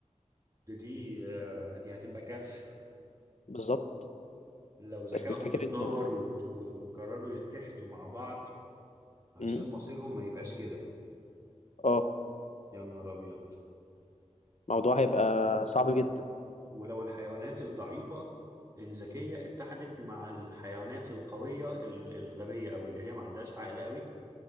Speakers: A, on the right; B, on the left.
A: ده دي آه، دي هتبقى كارثة
B: بالظبط
A: لو ذكائهم
B: بس تفتكر
A: اتطور
B: إن
A: وت- و- وقرروا يتحدوا مع بعض عشان
B: مم.
A: مصيرهم ما يبقاش كده
B: اه
A: يا نهار أبيض
B: الموضوع هيبقى صعب جدا
A: ولو الحيوانات الضعيفة الذكية اتحدت مع الحيوانات القوية ال- الغبية أو اللي هي ما عندهاش عقل قوي